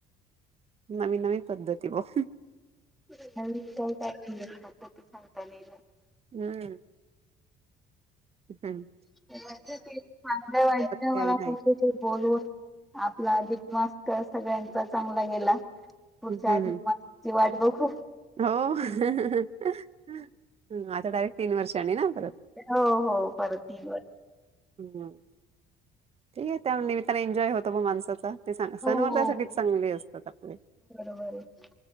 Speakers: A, on the right (about 35°); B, in the centre.
A: नवीन नवीन पद्धती बां
B: <unintelligible> <unintelligible>
A: हम्मं हम्मं
B: <unintelligible>
A: काही नाही
B: बोलून <unintelligible> आपलां अधिकमांस तरं सगळ्यांचा चांगला गेलां पुढच्यां
A: हम्म
B: आधिकमांस ची वांट बघूं
A: हो आतां डायरेक्टं तीनं वर्षांनीं नां परंत
B: हो हो परंत तीनं वर्षांने
A: हम्मं ठीकं आहे त्यां निमित्तानं एन्जॉय होतो मं माणसांचा
B: हो
A: सणवार त्यासाठीच
B: हो
A: चांगले असतात आपले.
B: बरोबर आहे